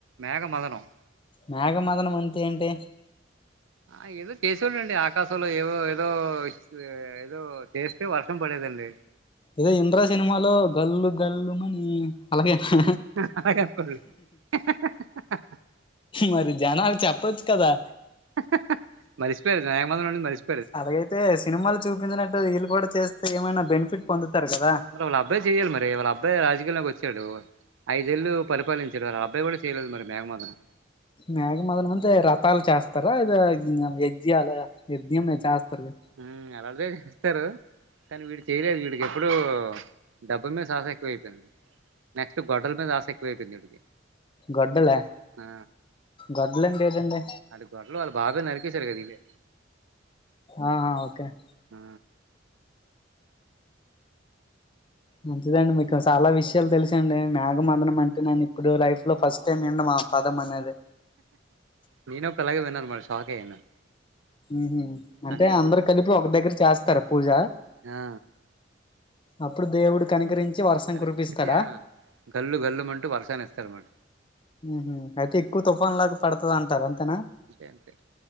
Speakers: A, on the right (about 85°); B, on the left (about 25°).
A: మేఘమధనం
B: మేఘమదనం అంతే ఏంటి
A: ఆ ఏదో చేసే వాళ్ళు అండి ఆకాశంలో ఎవో ఏదో సు ఏదో చేస్తే వర్షం పడేది అండి
B: ఇదో ఇంద్రా సినిమాలో గల్లు గల్లు మని అలాగే నా
A: ఆహా అలాగే అన్నుకోండి అహహా
B: మరి జనాలు చెప్పచ్చు కదా
A: ఆహా మరిచి పోయారు <unintelligible> మార్చ్
B: అలాగైతే సినిమాలు చూపించినట్టు వీళ్ళు కూడా చేస్తే ఏమైనా బెనిఫిట్ పొందుతారు కదా
A: మరి వాళ్ళ అబ్బాయి చేయాలి మరి వాళ్ళ అబ్బాయి రాజకీయంలోకి వచ్చాడు ఐదేళ్ళు పరిపాలించారు ఆ అబ్బాయి కూడా చేయలేదు మేఘమధునం
B: మేఘమదనం అంతే రథాలు చేస్తారా ఇద ఇ ఎజ్యాల యజ్యం చేస్తారు దా
A: ఉహ్మ్ లాంటిదే చేస్తారు కానీ వీడు చేయలేదు వీడికి ఎప్పుడు డబ్బ మీద శ్వాస ఎక్కువ అయిపోయింది నెక్స్ట్ గొడల్ మీద ఆశ ఎక్కువైపోయింది వీడికి
B: గొడ్డల
A: ఆ
B: గొడ్డలి అంటే ఏటండి
A: అది గొడలు వాళ్ళు బాబే నరికేేశాడు కథ వీడే
B: ఆ ఓకే అం
A: ఆ
B: మంచిదండి మీకు చాలా విషయాలు మంచిదే అండి మీకు చాలా విషయాలు తెలుసండి మేఘ మదనం అంటే నేను ఇప్పుడు లైఫ్ లో ఫస్ట్ టైం ఇండమ్ పదం అనేది
A: నేను పిల్లాగ విన్నాను మరి షాక్ అయ్యాను
B: ఉహు అంటే
A: అందుకే
B: అందరు
A: గుర్తు
B: కలిపి ఒక దగ్గర చేస్తారు పూజ
A: ఆ
B: అప్పుడు దేవుడు కనుకరించి వర్షం
A: తన
B: కురిపిస్తాడా
A: ఆ గల్లు గల్లుమంటూ వర్షాలు ఇస్తారు అన్నమాట
B: ఉహు అయితే ఎక్కువ తుఫాన్ లాగా పడతాది అంటారు అంతేనా
A: అంతే అండి